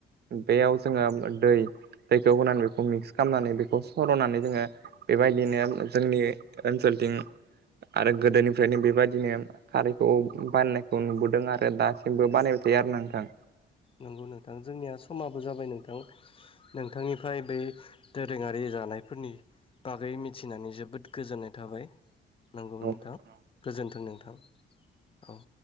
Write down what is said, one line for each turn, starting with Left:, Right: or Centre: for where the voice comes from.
Right: बेयाव जोङो दै दैखौ होनानै बेखौ मिक्स खामनानै बेखौ सर'नानै जोङो बेबायदिनो जोंनि ओनसोलथिं आरो गोदोनिफ्रायनो बेबायदिनो खारैखौ बानायनायखौ नुबोदों आरो दासिमबो बानायबाय थायो आरो नोंथां
Left: नंगौ नोंथां जोंनिया समाबो जाबाय नों थां नोंथांनिफ्राय बै दोरोङारि जानायफोरनि बागै मिथिनानै जोबोद गोजोननाय थाबाय। नोंगौ
Right: औ
Left: नोंथां
Right: औ
Left: गोजोनथों नोंथां औ